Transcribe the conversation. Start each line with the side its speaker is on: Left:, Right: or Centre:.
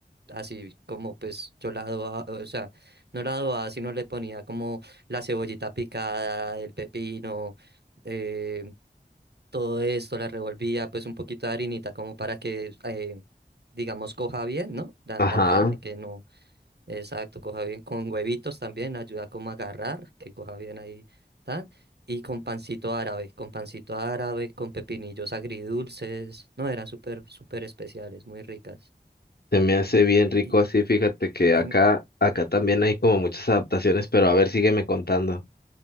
Right: así como pues yo la adobaba, o sea, no la adobaba, sino le ponía como la cebollita picada, el pepino, eh, todo esto, la revolvía, pues un poquito de harinita como para que, eh, digamos, coja bien, ¿no? La,
Left: ajá.
Right: la carne, que no Exacto, coja bien con huevitos también, ayuda como a agarrar, que coja bien ahí, tal. Y con pancito árabe, con pancito árabe, con pepinillos agridulces. No, eran súper, súper especiales, muy ricas.
Left: Se me hace bien rico
Right: Y,
Left: así, fíjate que acá,
Right: em,
Left: acá también hay como muchas adaptaciones, pero a ver, sígueme contando.